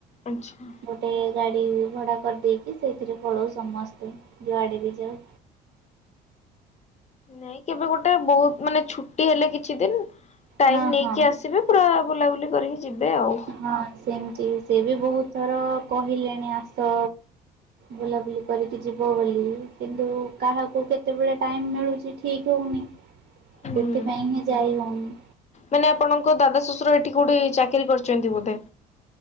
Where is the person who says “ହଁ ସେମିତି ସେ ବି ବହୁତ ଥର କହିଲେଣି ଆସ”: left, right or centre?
Right